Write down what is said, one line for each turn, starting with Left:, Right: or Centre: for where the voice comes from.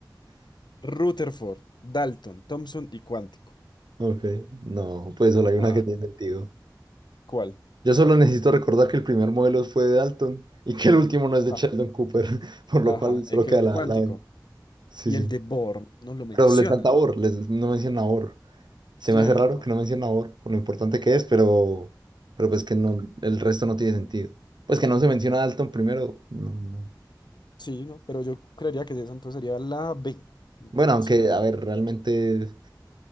Left: Rutherford, Dalton, Thomson y cuántico.
Right: Ok. No, pues solo hay una
Left: Ah,
Right: que tiene sentido.
Left: ¿cuál?
Right: Yo solo necesito recordar que el primer modelo fue de Dalton y que el último no
Left: Ajá.
Right: es de Sheldon Cooper, <laughs> por
Left: Ajá,
Right: lo cual solo
Left: eh, ¿qué
Right: queda
Left: es el
Right: la,
Left: cuántico?
Right: la B. Sí,
Left: Y
Right: sí.
Left: el de Born no lo mencionan.
Right: Pero les falta or, les no menciona or. Se
Left: Cierto.
Right: me hace raro que no menciona or, con lo importante que es, pero, pero pues que no, el resto no tiene sentido. Pues
Left: Ujú.
Right: que no se menciona a Dalton primero, no, no.
Left: Sí, no, pero yo creería que esa entonces sería la B. Entonces,
Right: Bueno, aunque,
Left: no, sé.
Right: a ver, realmente